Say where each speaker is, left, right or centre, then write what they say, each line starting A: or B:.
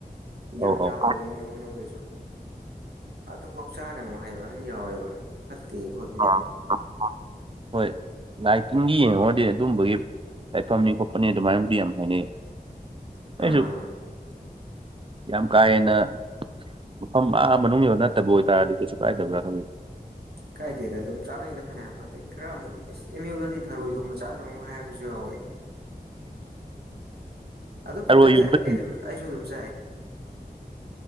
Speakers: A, on the right; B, on the right.
A: ꯌꯥꯝ
B: ꯑꯧ ꯑꯧ
A: ꯌꯥꯎꯋꯦꯕ ꯑꯦꯝꯌꯨ ꯃꯅꯨꯡꯗꯖꯨ ꯑꯗꯨꯕꯧ ꯆꯥꯒꯅꯨ ꯍꯥꯏꯕ ꯑꯍꯟ ꯌꯥꯎꯋꯦꯕ ꯐꯠꯇꯦ <unintelligible>
B: <unintelligible> ꯍꯣꯏ ꯂꯥꯏ ꯇꯤꯟꯒꯤ ꯌꯦꯡꯉꯨꯔꯗꯤ ꯑꯗꯨꯝꯕꯒꯤ ꯂꯥꯏꯐꯝꯅꯤ ꯈꯣꯠꯄꯅꯤ ꯑꯗꯨ ꯃꯥꯏꯅꯕꯨꯗꯤ ꯌꯥꯝ ꯍꯥꯏꯅꯩ ꯑꯩꯁꯨ
A: ꯑꯥ
B: ꯌꯥꯝ ꯀꯥꯥ ꯍꯦꯟꯅ ꯃꯐꯝ ꯑꯥ ꯃꯅꯨꯡ ꯌꯧ ꯅꯠꯇꯕ ꯑꯣꯏꯇꯥꯔꯗꯤ ꯀꯩꯁꯨ ꯀꯥꯏꯗꯕ꯭ꯔꯥ ꯈꯟꯂꯤ
A: ꯀꯥꯏꯗꯦꯗ ꯑꯗꯨꯝ ꯆꯥꯅꯩꯗ ꯐꯅꯌꯥꯝ ꯑꯗꯩ ꯈꯔ ꯑꯝꯖꯨ ꯑꯦꯁ ꯑꯦꯝ ꯌꯨꯗꯗꯤ ꯊꯔꯣꯏ ꯊꯣꯡꯕ ꯆꯥꯒꯅꯨꯒ ꯍꯥꯏꯕꯁꯨ ꯌꯥꯎꯋꯦ ꯑꯗꯨꯝ
B: ꯊꯔꯣꯏ
A: ꯄꯪꯆꯥꯥ
B: ꯌꯣꯟꯕ
A: ꯆꯥꯏ ꯑꯩꯗꯨꯝ ꯑꯩꯁꯨ ꯑꯗꯨꯝ ꯆꯥꯏ